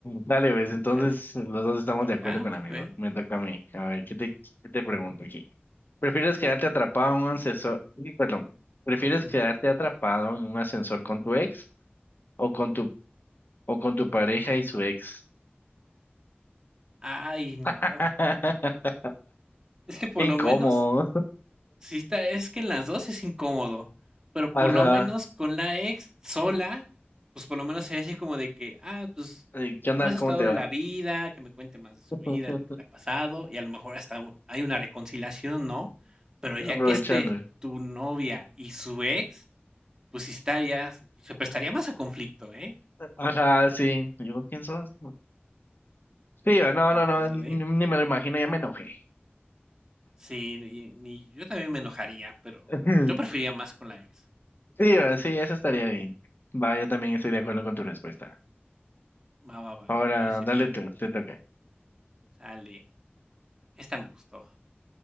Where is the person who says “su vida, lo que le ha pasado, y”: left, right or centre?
Right